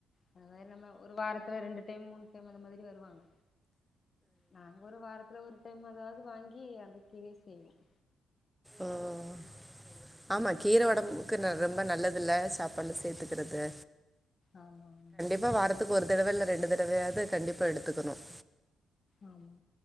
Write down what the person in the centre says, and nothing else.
அ அ ஆமா கீர உடம்புக்கு ரொம்ப நல்லது இல்ல சாப்பாடு சேர்த்துக்கிறது
இப்ப வாரத்துக்கு ஒரு தடவ இல்லை ரெண்டு தடவையாவது கண்டிப்பா எடுத்துக்கணும்.